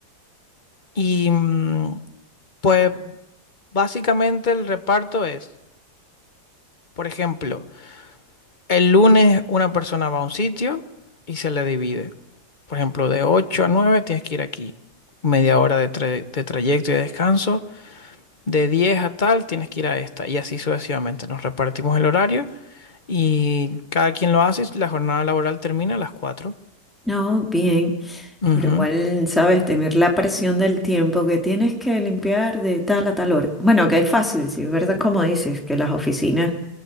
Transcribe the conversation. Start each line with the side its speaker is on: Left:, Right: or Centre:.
Left: y mm, pues básicamente el reparto es, por ejemplo, el lunes una persona va a un sitio y se le divide. Por ejemplo, de 8 a 9 tienes que ir aquí, media hora de, tra- de trayecto y de descanso. de 10 a tal, tienes que ir a esta. Y así sucesivamente. Nos repartimos el horario y cada quien lo hace. La jornada laboral termina a las cuatro
Centre: No, bien.
Left: Ujú.
Centre: Pero igual, sabes, tener la presión del tiempo que tienes que limpiar de tal a tal hora. Bueno, que es fácil, sí, ¿verdad? Como dices, que las oficinas